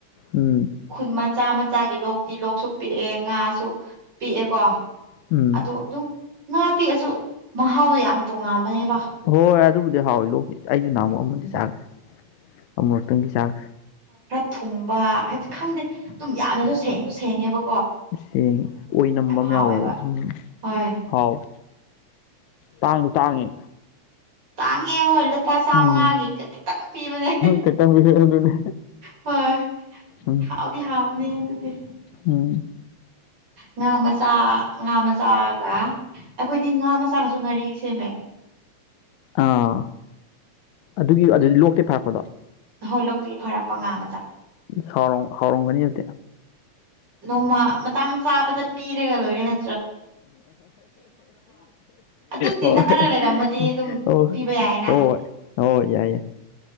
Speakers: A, on the left; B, on the right.
A: ꯎꯝ
B: ꯈꯨꯟ ꯃꯆꯥ ꯃꯆꯥꯒꯤ ꯂꯣꯛꯇꯤ ꯂꯣꯛꯁꯨ ꯄꯤꯛꯑꯦ ꯉꯥꯁꯨ ꯄꯤꯛꯑꯦꯀꯣ
A: ꯎꯝ
B: ꯑꯗꯨ ꯑꯗꯨꯝ ꯉꯥ ꯄꯤꯛꯑꯁꯨ ꯃꯍꯥꯎꯗꯣ ꯌꯥꯝ ꯇꯣꯉꯥꯟꯕꯅꯦ
A: ꯍꯣꯏ ꯑꯗꯨꯕꯨꯗꯤ ꯍꯥꯎꯋꯤ ꯂꯣꯛ ꯑꯩꯁꯨ ꯅꯍꯥꯃꯨꯛ ꯑꯃꯗꯤ
B: ꯎꯝ
A: ꯆꯥꯈ꯭ꯔꯦ ꯑꯃꯔꯛꯇꯪꯒꯤ ꯆꯥꯛ
B: ꯊꯨꯡꯕ ꯍꯥꯏ ꯈꯪꯗꯦ ꯑꯗꯨꯝ ꯌꯥꯅꯁꯨ ꯁꯦꯡꯉꯁꯨ ꯁꯦꯡꯉꯦꯕ
A: ꯁꯦꯡ ꯑꯣꯏꯅꯝꯕ ꯑꯃ
B: ꯍꯥꯎꯋꯦꯕ
A: ꯌꯥꯎꯋꯦꯕ ꯎꯝ
B: ꯍꯣꯏ
A: ꯍꯥꯎꯋꯦ ꯇꯥꯡꯉ ꯇꯥꯡꯉꯤ
B: ꯇꯥꯡꯉꯦꯉ ꯂꯨꯄꯥ ꯆꯥꯝꯃꯉꯥꯒꯤ
A: ꯎꯝ
B: ꯈꯤꯇꯪ ꯄꯤꯕꯅꯦ
A: ꯈꯤꯇꯪ ꯄꯤꯔꯛꯑꯦ ꯑꯗꯨꯅꯦ
B: ꯍꯣꯏ
A: ꯎꯝ
B: ꯍꯥꯎꯗꯤ ꯍꯥꯎꯅꯤ ꯍꯥꯏ ꯑꯗꯨꯗꯤ
A: ꯎꯝ
B: ꯉꯥ ꯃꯆꯥ ꯉꯥ ꯃꯆꯥꯥꯒ ꯑꯩꯈꯣꯏꯗꯤ ꯉꯥ ꯃꯆꯥꯅꯁꯨ ꯉꯥꯔꯤ ꯁꯦꯝꯃꯦ
A: ꯑꯥ ꯑꯗꯨꯒꯤ ꯑꯗꯨꯗꯤ ꯂꯣꯛꯇꯦ ꯐꯔꯛꯄꯗꯣ
B: ꯑꯍꯣꯏ ꯂꯣꯛꯄꯤ ꯐꯔꯛꯄ ꯉꯥꯝ
A: ꯁꯥꯎꯔꯣꯡ ꯍꯥꯎꯔꯣꯡꯒꯅꯤ
B: ꯅꯣꯡꯃ ꯃꯇꯥꯡ ꯆꯥꯕꯗ ꯄꯤꯔꯒ ꯂꯣꯏꯔꯅ ꯑꯗꯨꯝ ꯇꯤꯟꯅꯔꯒ
A: ꯍ
B: ꯂꯩꯔꯝꯃꯗꯤ ꯑꯗꯨꯝ ꯄꯤꯕ ꯌꯥꯏꯌꯦꯅ
A: ꯑꯣ ꯍ ꯍꯣꯏ ꯌꯥꯏ ꯌꯥꯏ